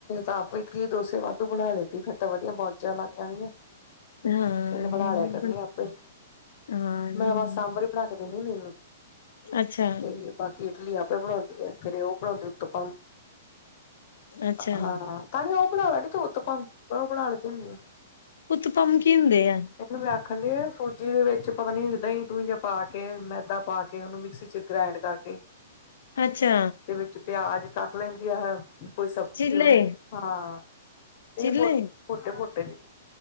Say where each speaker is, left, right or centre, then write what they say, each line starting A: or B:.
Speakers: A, on the left; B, on the left.
A: ਤਾਂ ਆਪ ਵੀ ਇਟਲੀ ਡੋਸੇ ਵਾ ਤੂੰ ਬਣਾ ਲੈਦੀ ਫੇਰ ਤਾਂ ਵਧੀਆ ਮੋਜਾਂ ਲਗ ਜਾਣਗੀਆਂ,
B: ਹਾਂ
A: ਤੈਨੂੰ
B: ਨਹੀਂ
A: ਬਣਾ
B: ਨਹੀਂ
A: ਲਿਆ ਕਰਨੀ ਆ ਆਪੇ ਈ।
B: ਹਾਂ ਨਹੀਂ
A: ਮੈ ਵਾ
B: ਨਹੀਂ
A: ਸਾਂਬਰ ਵੀ ਬਣਾ ਕੇ ਦਿੰਦੀ ਹੁੰਦੀ ਇਹਨੂੰ
B: ਅੱਛਾ
A: ਤੇ ਬਾਕੀ ਇਡਲੀ ਆਪੇ ਬਣਾਂਦੀ ਐ, ਫੇਰ ਉਹ ਬਣਾਉਂਦੀ ਕਪਾਂ ਨੂੰ
B: ਅੱਛਾ
A: ਹਾਂ, ਤਾਂ ਨੀਂ ਓ ਬਣਾ ਲੈਂਦੀ ਤੂੰ ਊਤਪਮ ਉਹ ਬਣਾ ਲਤੀ ਹੁੰਦੀ।
B: ਉਤਪਮ ਕੀ ਹੁੰਦੇ ਆ
A: ਆਨੂੰ ਮੈ ਆਖਣ ਡੇ ਸੂਜੀ ਦੇ ਵਿਚ ਪਤਾ ਨੀ, ਦਹੀ ਦੂਹੀ ਜਾਂ ਪਾ ਕੇ ਮੈਦਾ ਪਾਕੇ, ਉਹਨੂੰ ਮਿਕਸੀ 'ਚ ਗ੍ਰਾਇੰਡ ਕਰਕੇ
B: ਅੱਛਾ
A: ਤੇ ਵਿਚ ਪਿਆਜ ਕੱਟ ਲੈਦੀ ਆ, ਕੋਈ ਸਬਜ਼ੀ
B: ਚਿੱਲੇ
A: ਜਿਵੇ ਹਾਂ ਨਹੀ,
B: ਚਿੱਲੇ
A: ਮੋਟੇ- ਮੋਟੇ